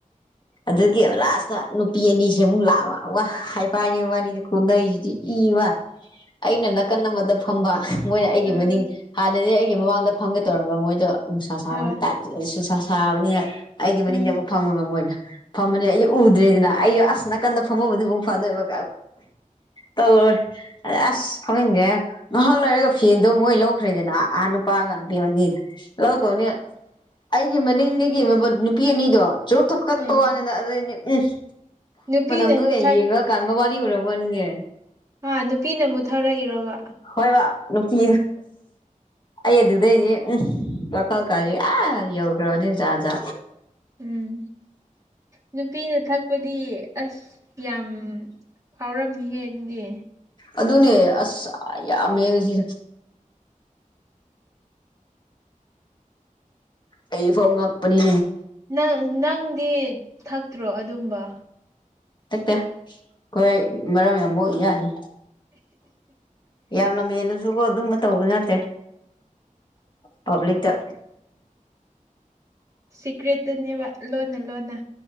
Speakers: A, on the left; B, on the right.
A: ꯑꯗꯨꯒꯤ ꯂꯥꯁꯇ ꯅꯨꯄꯤ ꯑꯅꯤꯁꯦ ꯑꯃꯨꯛ ꯂꯥꯛ ꯑ ꯋꯥ ꯍꯥꯏꯐꯅꯤ ꯋꯥꯅꯤꯗꯤ ꯀꯟꯅꯩꯁꯤꯗꯤ ꯏ ꯋꯥ ꯑꯩꯅ ꯅꯥꯀꯟ ꯑꯃꯗ ꯐꯝꯕ ꯃꯣꯏꯅ ꯑꯩꯒꯤ ꯃꯅꯤꯡ
B: ꯑꯥ
A: ꯍꯥꯟꯅꯗꯤ ꯑꯩꯒꯤ ꯃꯃꯥꯡꯗ ꯐꯝꯒꯦ ꯇꯧꯔꯝꯕ ꯃꯣꯏꯗꯣ ꯅꯨꯡꯁꯥ ꯁꯥꯕꯅꯤ
B: ꯍꯣꯏ
A: ꯅꯨꯡꯁꯥ ꯁꯥꯕꯅꯤꯅ ꯑꯩꯒꯤ ꯃꯅꯤꯡꯗ
B: ꯎꯝ
A: ꯑꯃꯨꯛ ꯐꯪꯉ ꯃ ꯃꯣꯏꯅ ꯐꯃꯅꯦ ꯑꯩ ꯎꯗ꯭ꯔꯦꯗꯅ ꯑꯩꯁꯨ ꯑꯁ ꯅꯥꯀꯟꯗ ꯐꯝꯃꯕꯨꯗꯤ ꯑꯃꯨꯛ ꯐꯗꯣꯏꯕ ꯇꯧꯣꯏ ꯑ ꯑꯁ ꯐꯝꯅꯤꯡꯗꯦꯍ ꯂꯣꯏꯔꯒ ꯐꯦꯟꯗꯣ ꯃꯣꯏ ꯂꯧꯈ꯭ꯔꯦꯗꯅ ꯑꯅꯄꯥꯒꯇꯅꯤ ꯃꯅꯤ ꯂꯧ ꯀꯧꯅꯤ ꯑꯩꯒꯤ ꯃꯅꯤꯡꯗꯤ ꯅꯨꯄꯤ ꯑꯅꯤꯗꯣ ꯆꯨꯔꯨꯞ ꯊꯣꯛ ꯀꯠꯄ
B: ꯑꯥ
A: ꯋꯥꯅꯤꯅ ꯑꯗꯨꯗꯩꯅꯦ ꯎꯝ
B: ꯅꯨꯄꯤꯅ
A: ꯏꯅꯦ
B: ꯑꯃꯨꯛ
A: ꯌꯦꯡꯉ ꯀꯟꯕ ꯃꯥꯅꯤ ꯎꯔꯕꯃꯅꯤꯅꯦ
B: ꯍꯥ ꯅꯨꯄꯤꯅ ꯑꯃꯨꯛ ꯊꯧꯔꯛꯏꯔꯣꯕ
A: ꯍꯣꯏ ꯅꯨꯄꯤ ꯑꯩ ꯑꯗꯨꯗꯩꯗꯤꯦ ꯎꯝ ꯋꯥꯈꯜ ꯀꯥꯦ ꯑ ꯌꯧ꯭ꯔꯣꯅꯦꯖꯥꯖ
B: ꯎꯝ ꯅꯨꯄꯤꯅ ꯊꯛꯄꯗꯤ ꯑꯁ ꯌꯥꯝ ꯐꯥꯎꯔꯝꯃꯤꯍꯦ ꯑꯗꯨꯗꯤ
A: ꯑꯗꯨꯅꯦ ꯑꯁ ꯌꯥꯝ ꯌꯦꯡꯉꯁꯤ ꯀꯩ ꯐꯥꯎ ꯉꯄꯅꯤꯦ
B: ꯅꯪ ꯅꯪꯗꯤ ꯊꯛꯇ꯭ꯔꯣ ꯑꯗꯨꯝꯕ
A: ꯇꯛꯇ ꯍꯣꯏ ꯃꯔꯝ ꯌꯥꯝꯕ ꯌꯥꯅꯤ ꯌꯥꯝꯅ ꯃꯦꯜꯂꯁꯨꯀꯣ ꯑꯗꯨꯝꯕ ꯇꯧꯕ ꯅꯠꯇꯦ ꯄꯕꯂꯤꯛ ꯇ
B: ꯁꯤꯀ꯭ꯔꯦꯠꯇꯅꯦꯕ ꯂꯣꯟꯅ ꯂꯣꯟꯅ